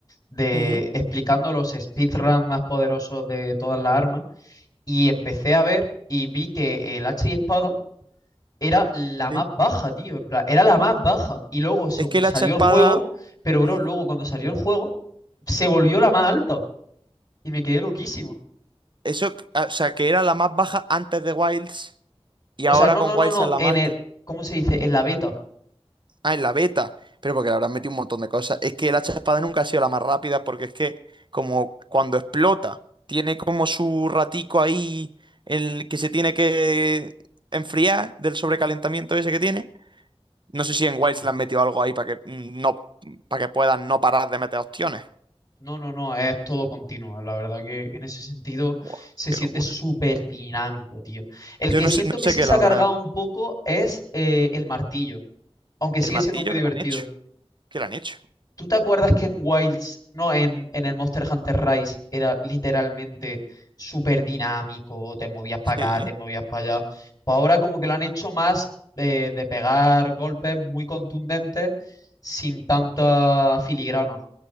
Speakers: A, on the left; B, on the right.
A: de
B: Ujú.
A: explicando los speedruns más poderosos de todas las armas y empecé a ver y vi que el hacha y espada era la
B: Sí.
A: más baja, tío, en plan, era la más baja y luego según
B: Es que el
A: salió
B: hacha espada.
A: el juego, pero bro,
B: mm,
A: luego cuando salió el juego se volvió la más alta y me quedé loquísimo.
B: Eso, o sea, que era la más baja antes de Wilds y
A: O
B: ahora
A: sea, no,
B: con
A: no,
B: Wilds
A: no, no,
B: es la
A: en
B: más
A: el,
B: alta
A: ¿cómo se dice? En la beta.
B: Ah, en la beta. Pero porque le habrán metido un montón de cosas. Es que el hacha de espada nunca ha sido la más rápida porque es que como cuando explota, tiene como su ratico ahí, el que se tiene que enfriar del sobrecalentamiento ese que tiene. No sé si en Wilds le han metido algo ahí para que mm, no, para que puedan no parar de meter opciones.
A: No, no, no, es todo continuo. La verdad que en ese sentido
B: Buah,
A: se
B: qué
A: siente
B: locura.
A: súper dinámico, tío. El
B: Yo
A: que
B: no
A: siento
B: sé, no sé
A: que sí
B: qué
A: se
B: le habrán.
A: ha cargado un poco es eh, el martillo, aunque sigue
B: El martillo
A: siendo muy
B: que
A: divertido.
B: le han hecho. ¿Qué le han hecho?
A: ¿Tú te acuerdas que en Wilds, no, en, en el Monster Hunter Rise era literalmente súper dinámico? Te movías para
B: Sí.
A: acá, te movías para allá. Pues ahora como que lo han hecho más eh, de pegar golpes muy contundentes sin tanta filigrana.